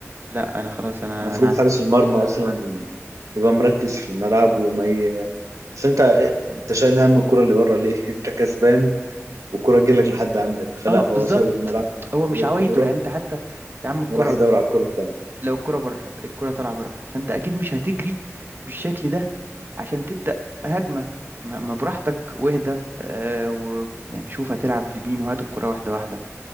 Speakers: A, on the right (about 45°); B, on the right (about 85°).
A: لا أنا خلاص أنا
B: المفروض
A: أنا أعتمد
B: حارس المرمى اصلا يبقى مركز في الملعب وما ي... بس انت آه، انت شايل هم الكرة اللي بره ليه؟ <laughs> انت كسبان والكرة تجيلك لحد عندك فلا
A: اه
B: هو
A: بالظبط
B: ساب الملعب
A: هو مش
B: ساب
A: عوايده
B: الكورة
A: يعني أنت حتى يا عم الكورة
B: وراح يدور على الكورة
A: لو الكورة بره الكورة طالعة بره فأنت أكيد مش هتجري بالشكل ده عشان تبدأ هجمة ما ما براحتك واهدى آه ويعني شوف هتلعب لمين وهات الكورة واحدة واحدة